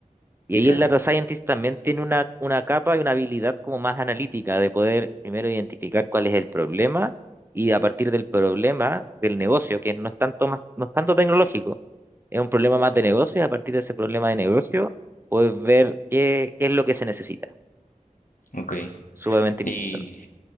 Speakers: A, on the right; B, on the left.
A: Y
B: claro,
A: ahí el data scientist también tiene una, una capa y una habilidad como más analítica de poder primero identificar cuál es el problema y a partir del problema del negocio, que no es tanto más, no es tanto tecnológico, es un problema más de negocio y a partir de ese problema de negocio puedes ver qué, qué es lo que se necesita.
B: ok.
A: Sumamente importante.
B: Y